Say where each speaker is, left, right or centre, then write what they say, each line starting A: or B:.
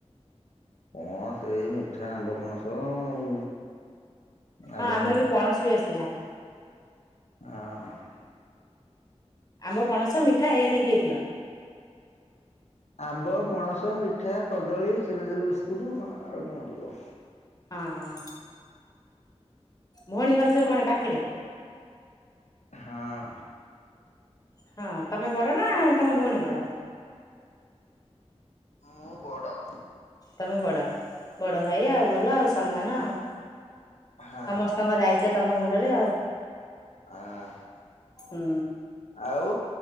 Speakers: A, on the left; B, on the left.
A: କଣ ସେଇ ମିଠା ଆମ୍ବ ପଣସ ଆଉ। ଆଉ
B: ହଁ
A: କଣ
B: ଆମର
A: ନେବେ
B: ବି ପଣସ ବି ଆସିଥିଲା।
A: ହଁ।
B: ଆମ୍ବ ପଣସ ମିଠା ଏୟା ନେଇକି ଯାଇଥିଲ।
A: ଆମ୍ବ ପଣସ ମିଠା କଦଳୀ ଚିନାଚେରୁ ବିସ୍କୁଟ୍ ଆଉ କଣ ଯିବ।
B: ହଁ। ଭଉଣୀ ଘର ସବୁ କଣ ପାଖରେ।
A: ହଁ।
B: ହଁ ତମେ ବଡ ନା ତମ ଭଉଣୀ ବଡ଼।
A: ମୁଁ ବଡ।
B: ତମେ ବଡ। ବଡ ଭାଇ ଆଉ ଭଲ ଆଉ ସମ୍ମାନ ଆଉ।
A: ହଁ
B: ସମସ୍ତଙ୍କ ଦାୟିତ୍ୱ ତମ ମୁଣ୍ଡରେ ଆଉ।
A: ହଁ
B: ହୁଁ
A: ଆଉ।